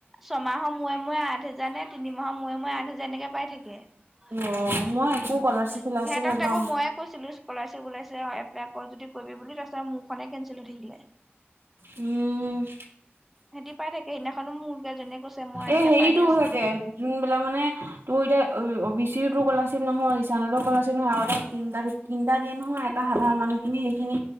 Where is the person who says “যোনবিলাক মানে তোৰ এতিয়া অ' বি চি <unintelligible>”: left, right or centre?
Right